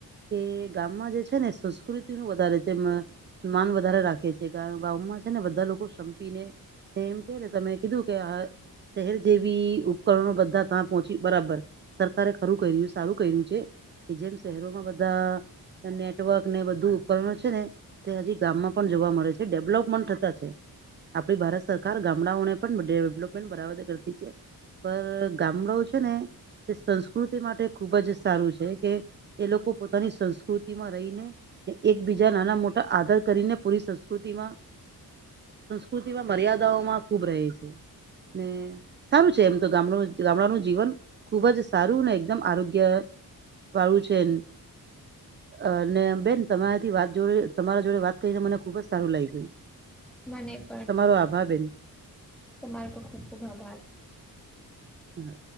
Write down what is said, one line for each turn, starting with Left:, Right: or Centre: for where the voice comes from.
Right: કે ગામમાં જે છે ને સંસ્કૃતિ નું વધારે છે મ માન વધારે રાખે છે, કારણ ગામમાં છે ને બધા લોકો સંપીને એમ કેને તમે કીધું કે આ શહેર જેવી ઉપકરણો બધા ત પહોચી બરાબર સરકારે ખરું કર્યું સારું કર્યું છે કે જેમ શહેરોમાં બધા નેટવર્ક ને બધું ઉપકરણ છે ને તે હજી ગામમાં પણ જોવા મળે છે. ડેવલોપમેન્ટ થતા છે. આપડી ભારત સરકાર ગામડાઓને પણ ડેવલપમેન્ટ બરાબ કરતી છે પર ગામડાઓ છે ને તે સંસ્કૃતિ માટે ખૂબ જ સારું છે કે એ લોકો પોતાની સંસ્કૃતિમાં રહીને એકબીજા નાના મોટા આદર કરીને પૂરી સંસ્કૃતિમાં સંસ્કૃતિમાં મર્યાદાઓમાં ખૂબ રહે છે. ને સારું છે એમ તો ગામડું ગામડાનું જીવન ખુબ જ સારું એકદમ આરોગ્ય વાળું છે. અને બેન તમારાથી વાત જોડે તમારા જોડે વાત કરીને મને ખુબ જ સારું લાગ્યું.
Centre: મને બી.
Right: તમારો આભાર બેન.
Centre: તમાર ખ ખૂબ ખૂબ આભાર.
Right: હા.